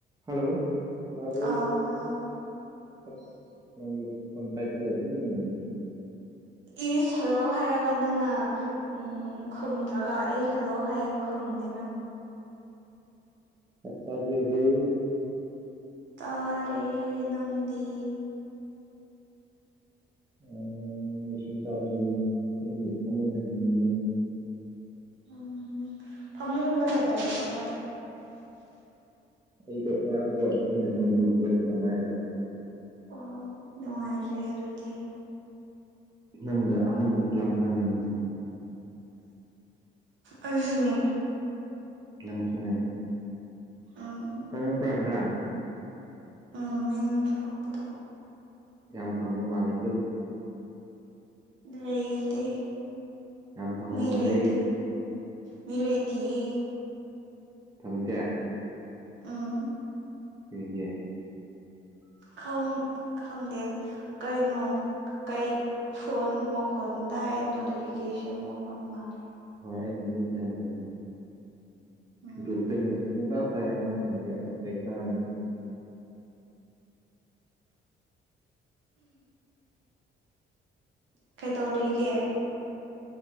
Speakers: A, on the right; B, on the right.
A: Hello ꯇꯥꯕ꯭ꯔꯣ
B: ꯑꯥꯎ hello
A: ꯑꯁ ꯅꯪꯒꯤ ꯐꯣꯟ ꯄꯥꯏꯈꯠꯂꯝꯃꯤꯅꯤꯅꯦ
B: ꯏꯁ ꯍꯦꯜꯂꯣ ꯍꯥꯏꯔꯒ ꯅꯪꯅ ꯎꯝ ꯈꯨꯝꯗ꯭ꯔꯒ ꯑꯩ ꯍꯦꯜꯂꯣ ꯍꯥꯏꯌꯦꯦ ꯈꯨꯝꯗꯦ ꯅ
A: ꯆꯕꯤꯌꯣꯍꯦ
B: ꯇꯥꯔꯦ ꯅꯪꯗꯤ
A: ꯑꯣ ꯑꯩꯁꯨ ꯆꯥꯗ꯭ꯔꯤ ꯑꯩꯗꯤ ꯐꯃꯨꯡꯗꯅꯤꯌꯦ
B: ꯎꯝ ꯐꯃꯨꯡꯗ ꯀꯩꯗꯧꯔꯤꯕ
A: ꯑꯩꯗꯣ ꯉꯔꯥꯡꯗꯣ ꯊꯦꯡꯅ ꯇꯨꯝꯕꯒꯤ ꯍꯧꯒꯠꯄꯗ ꯉꯥꯏꯔꯤꯕ
B: ꯑꯣ ꯅꯨꯡꯉꯥꯏꯔꯦ ꯑꯗꯨꯗꯤ
A: ꯅꯪꯅ ꯑꯍꯥꯟꯕ ꯈꯨꯂꯥꯡ ꯈꯥꯡꯅꯤꯅꯤꯁꯦ
B: ꯑꯩꯁꯨꯅꯤ
A: ꯅꯪꯁꯨꯅꯦ
B: ꯎꯝ
A: ꯀꯩꯅꯣ ꯄ꯭ꯔꯦꯒꯦꯟ
B: ꯎꯝ ꯃꯤꯡ ꯊꯣꯛꯔꯛꯄꯗꯣ
A: ꯌꯥꯝ ꯐꯡꯖ ꯃꯥꯜꯂꯤꯀꯣ
B: ꯂꯩꯇꯦ
A: ꯌꯥꯝ ꯐꯪꯕ
B: ꯃꯤ
A: ꯃꯥꯜꯂꯦ
B: ꯂꯩꯇꯦ ꯃꯤ ꯂꯩꯇꯤꯌꯤ
A: ꯐꯪꯗꯦ
B: ꯎꯝ
A: ꯀꯔꯤꯒꯤ
B: ꯈꯪ ꯈꯪꯗꯦꯗ ꯀꯩꯅꯣ ꯀꯩ ꯐꯣꯟ ꯃꯈꯣꯟ ꯇꯥꯏ ꯅꯣꯇꯤꯐꯤꯀꯦꯁꯟ ꯃꯈꯣꯟ ꯃꯥꯂꯦ
A: ꯍꯣꯏ ꯑꯩꯅ ꯃꯤꯠ ꯊꯝꯈ꯭ꯔꯅꯤ
B: ꯎꯝ
A: ꯒ꯭ꯔꯨꯞꯇ ꯃꯦꯁꯦꯁ ꯄꯨꯡꯇꯥ ꯊꯥꯏ ꯑꯉꯥꯡꯁꯤꯡꯁꯦ ꯑꯁ ꯆꯩ ꯆꯥꯔꯅꯤ
B: ꯀꯩꯗꯧꯔꯤꯒꯦ